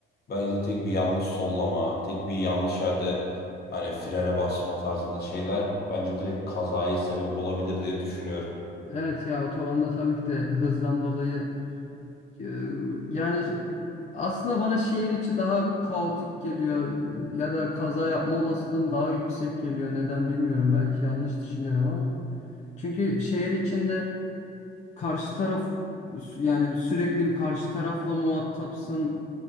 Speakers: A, on the left; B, on the left.
A: belki de tek bir yanlış sollama tek bir yanlış yerde hani frene basma tarzında şeyler bence direkt kazaya sebep olabilir diye düşünüyorum.
B: Evet ya otobanda tabii ki de hızdan dolayı Ee, Yani aslında bana şehir içi daha kaotik geliyor ya da kaza yapma olasılığım daha yüksek geliyor. Neden bilmiyorum. Belki yanlış düşünüyorum ama. Çünkü şehir içinde karşı taraf sü- yani sürekli bir karşı tarafla muhatapsın.